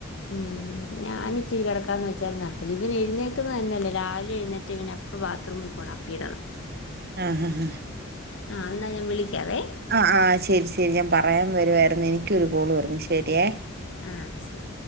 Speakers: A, on the left (about 60°); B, on the right (about 50°).
A: ഉം ഞാന് ഇച്ചിരി കെടക്കാന്ന് വെച്ചാൽ നടക്കില്ല ഇവൻ എഴുന്നേക്കുന്ന തന്നെയല്ലേ രാവിലെ എഴുന്നേറ്റ ഇവ ഇപ്പൊ ബാത്റൂമിൽ പോണം അപ്പീ ഇടണം
B: ആഹ് ആഹ് ആഹ്
A: ആഹ് ഇന്നാ ഞാൻ വിളിക്കാവേ
B: ആഹ് ആഹ് ശരി ശരി ഞാൻ പറയാൻ വരുവായിരുന്നു എനിക്ക് ഒരു കോള് വരുന്നു ശരിയേ
A: ആഹ് ശരി